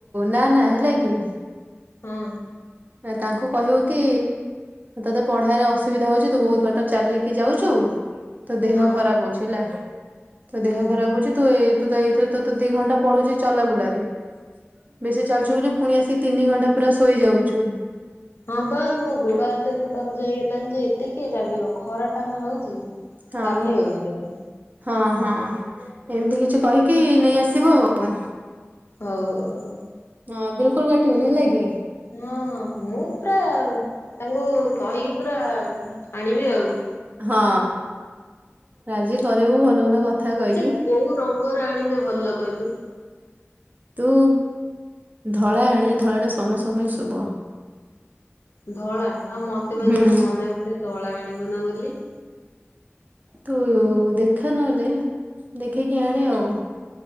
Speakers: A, on the right (about 40°); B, on the left (about 65°).
A: ନା ନା ହେଲା କି
B: ହଁ।
A: ତାଙ୍କୁ କହିବୁ କି ତୋତେ ପଢାରେ ଅସୁବିଧା ହୋଉଛି ତୁ ବହୁତ ବାଟ ଚାଲିକି ଯାଉଚୁ ତୋ ଦେହ
B: ହଁ
A: ଖରାପ ହୋଉଚି ହେଲା। ତୋ
B: ହୁଁ।
A: ଦେହ ଖରାପ ହୋଉଚି ତୁ ଏ ତ ଏଇଥିରେ ତ ଦି ଘଣ୍ଟା ପଳଉଚି ଚଲାବୁଲାରେ। ବେଶୀ ଚାଲୁଚ ବୋଲି ପୁଣି ଆସିକି ତିନି ଘଣ୍ଟା ପୁରା ଶୋଇଯାଉଚୁ।
B: ହଁ ପା ମୋ ଗୋଡ ହାତ ଏତେ ଦରଜ ହେଇଗଲାଣି ଯେ ଏତେ କିଏ ଚାଲିବ ଖରା ଟା ନା ହୋଉଚି।
A: ହଁ
B: ଚାଲି ହୋଉନି ଜମା।
A: ହଁ ହଁ ଏମିତି କିଛି କହିକି ନେଇ ଆସିବୁ ଆଉ।
B: ହୋଉ ହୋଉ ହୋଉ।
A: ହଁ ବିଲକୁଲ କାଟିବୁନି ହେଲାକି
B: ହଁ ହଁ ମୁଁ ପୁରା ତାଙ୍କୁ କହିକି ପୁରା ଆଣିବି ଆଉ।
A: ହଁ ରାଜି କରେଇବୁ ଭଲ ଭଲ କଥା। କହିକି
B: ଆଚ୍ଛା କୋଉ ରଙ୍ଗର ଆଣିଲେ ଭଲ କହିଲୁ।
A: ତୁ ଧଳା ଆନେ ଧଳା ଟା ସମସ୍ତଙ୍କ ପାଇଁ ଶୁଭ।
B: ଧଳା ହଁ ମତେ ବା
A: ହୁଁ
B: ଜଣେ ମନା କ ଧଳା ଆଣିବୁନୁ ବୋଲି।
A: ତୁ ଦେଖା ନହେଲେ ଦେଖେଇକି ଆଣ ଆଉ।